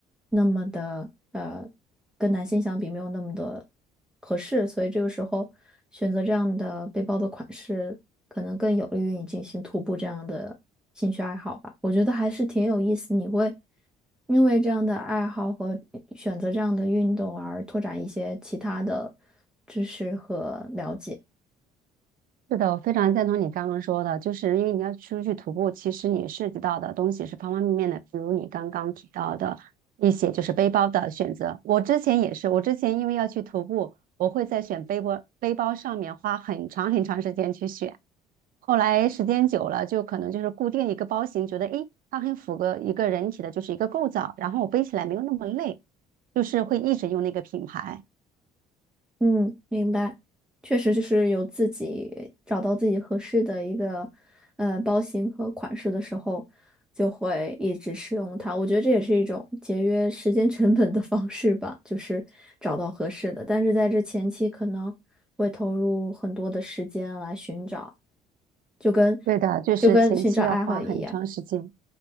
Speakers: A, in the centre; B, on the right.
A: 那么的呃，跟男性相比没有那么的合适，所以这个时候选择这样的背包的款式，可能更有利于你进行徒步这样的兴趣爱好吧。我觉得还是挺有意思，你会因为这样的爱好和选择这样的运动而拓展一些其他的知识和了解。
B: 是的，我非常赞同你刚刚说的，就是因为你要出去徒步，其实你涉及到的东西是方方面面的，比如你刚刚提到的一些就是背包的选择。我之前也是，我之前因为要去徒步，我会在选背包背包上面花很长很长时间去选。后来时间久了，就可能就是固定一个包型，觉得诶，它很符合一个人体的就是一个构造，然后我背起来没有那么累，就是会一直用那个品牌。
A: 嗯，明白，确实就是有自己找到自己合适的一个呃包型和款式的时候，就会一直使用它。我觉得这也是一种节约时间成本的方式吧，就是找到合适的。但是在这前期可能会投入很多的时间来寻找，就跟
B: 对的，就是前期要花很长时间。
A: 就跟寻找爱好一样。